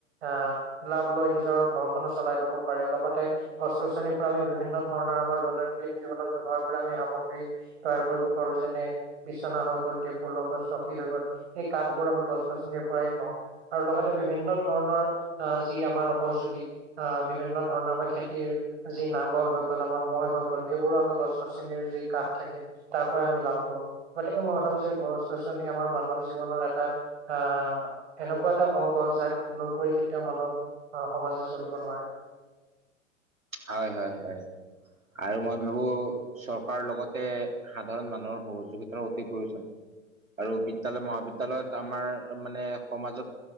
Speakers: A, on the right; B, on the right.
A: আহ, লাভ লৈ নিজৰ ঘৰখনো চলাই লব পাৰে লগতে গছ -গছনি আমি বিভিন্ন ধৰণৰ আমাৰ দৈনন্দিন জীৱনত ব্যৱহাৰ কৰা আমি সামগ্ৰী তৈয়াৰ কৰিব পাৰো যেনে বিচনা হৈ গ'ল, টেবুল হৈ গ'ল, চকী হৈ গ'ল সেই কাঠ বোৰ আমি গছ -গছনিৰ পৰাই পাওঁ। আৰু লগতে বিভিন্ন ধৰণৰ যি আমাৰ সজুলি বিভিন্ন ধৰণৰ আমাৰ খেতিৰ যি নাঙল হৈ গ'ল, আমাৰ মৈ হৈ গ'ল এইবোৰো আমি গছ -গছনিৰ যি কাঠ থাকে তাৰ পৰাই আমি লাভ কৰো। গতিকে মই ভাবো যে গছ-গছনি আমাৰ মানৱ জীৱনৰ এটা আহ, এনেকুৱা এটা অংগ জাক নুই কৰি কেতিয়াও মানৱ অ, সমাজে চলিব নোৱাৰে।
B: হয়, হয়, হয়। আৰু মই ভাবো চৰকাৰৰ লগতে সাধাৰণ মানুহৰ সহযোগিতাৰো অতি প্ৰয়োজন। আৰু বিদ্যালয়-মহাবিদ্যালয়ত আমাৰ মানে সমাজত